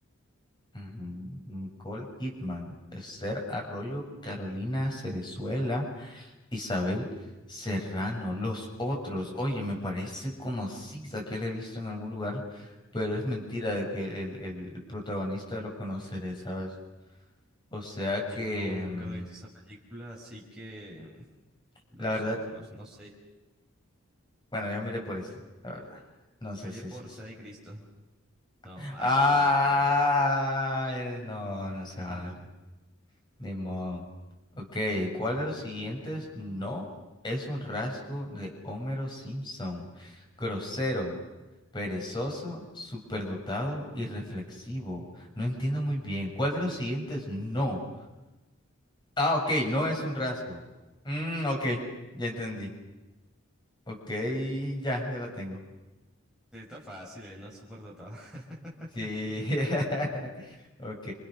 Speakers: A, on the left; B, in the centre.
A: Ujú. Nicole Kidman, Esther Arroyo, Carolina Cerezuela, Isabel Serrano, los otros. Oye, me parece conocida que la he visto en algún lugar, pero es mentira de que el, el protagonista lo conoceré, ¿sabes? O sea que
B: Yo no, nunca
A: mm,
B: me he visto esa película, así que los
A: la verdad
B: otros, no sé.
A: Bueno, yo miré por esta, la verdad. No sé
B: Yo iría
A: si
B: por
A: es esa.
B: Sede de Cristo. No.
A: Ah,
B: Ah, ah,
A: es- no, no se vale.
B: mm,
A: Ni modo. Ok, ¿cuál de los siguientes no es un rasgo de Homero Simpson? Grosero, perezoso, superdotado y reflexivo. No entiendo muy bien. ¿Cuál de los siguientes no? Ah, ok, no es un rasgo. Mm, ok, ya entendí. Ok, ya, ya la tengo.
B: está fácil, él no es superdotado. <laughs>
A: Sí. <laughs> Ok.